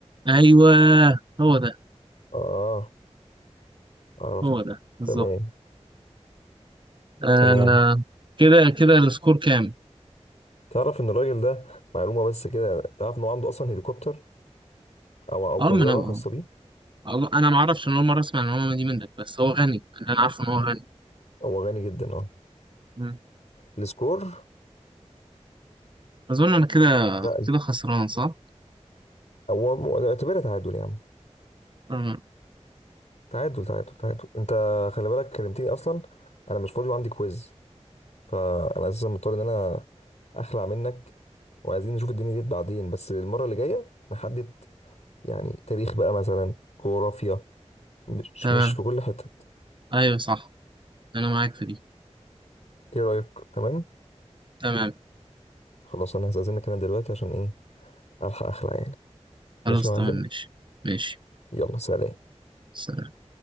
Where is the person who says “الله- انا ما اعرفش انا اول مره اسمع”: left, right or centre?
Right